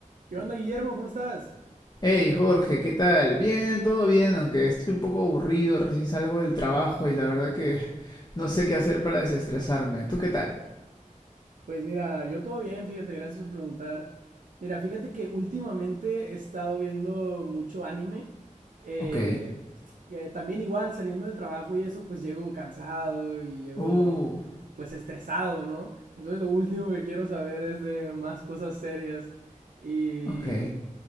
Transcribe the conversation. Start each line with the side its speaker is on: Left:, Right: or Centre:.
Right: ¿Qué onda, Guillermo? ¿Cómo estás?
Left: Hey Jorge, ¿qué tal? Bien, todo bien, aunque estoy un poco aburrido, recién salgo del trabajo y la verdad que no sé qué hacer para desestresarme. ¿Tú qué tal?
Right: Pues mira, yo todo bien, fíjate, gracias por preguntar. Mira, fíjate que últimamente he estado viendo mucho anime. eh,
Left: Ok.
Right: eh, también igual saliendo del trabajo y eso, pues llego cansado y llego
Left: Uh,
Right: pues estresado, ¿no? Entonces lo último que quiero saber es de más cosas serias. Y,
Left: ok.